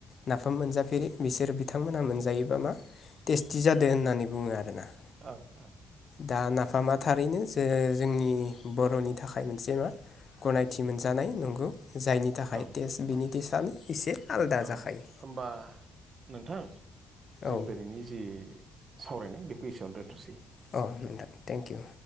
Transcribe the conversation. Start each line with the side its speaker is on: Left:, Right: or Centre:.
Left: नाफाम मोनजाफेरि बिसोर बिथांमोनहा मोनजायोबा मा टेस्टि जादों होननानै बुङो आरोना
Right: अ औ
Left: दा नाफामा थारैनो जो जोंनि बर'नि थाखाय मोनसे मा गनायथि मोनजानाय नंगौ जायनि थाखाय
Right: औ
Left: टेस्ट बिनि टेस्टआनो एसे आलादा
Right: औ
Left: जाखायो
Right: होनबा नोंथां जों
Left: औ
Right: दिनैनि जि सावरायनाय बेखौ एसेयावनो दोनथ'सै।
Left: अ नोंथां थेंक इउ